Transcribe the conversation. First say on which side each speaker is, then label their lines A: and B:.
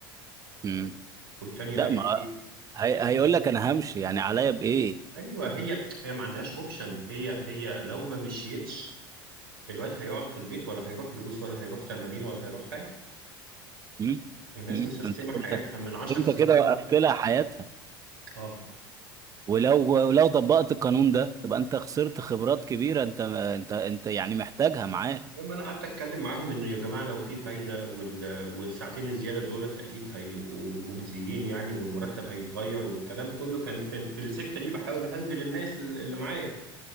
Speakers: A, on the right; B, on the right.
A: امم
B: والتانية
A: لا
B: قالت
A: ما
B: لي
A: هي...
B: ابني
A: هيقول لك انا همشي يعني عليا بايه
B: أيوه هي هي ما عندهاش أوبشن هي هي لو ما مشيتش الواد هيقعد في البيت ولا هيروح دروس ولا هيروح تمارين ولا هيروح حاجة
A: امم
B: الناس
A: امم
B: مسيستمة
A: انت
B: حياتها
A: كده
B: من عشر
A: انت
B: سنين
A: كده وقفت
B: وأكتر
A: لها حياتها
B: اه
A: ولو ولو طبقت القانون ده تبقى انت خسرت خبرات كبيره انت انت انت يعني محتاجها معاك
B: المهم انا قعدت اتكلم معاهم ان يا جماعه لو في فايده وال... والساعتين الزياده دولت اكيد هيبقوا مجزيين يعني والمرتب هيتغير والكلام كله كان في, في السكه دي بحاول اهندل الناس الل- اللي معايا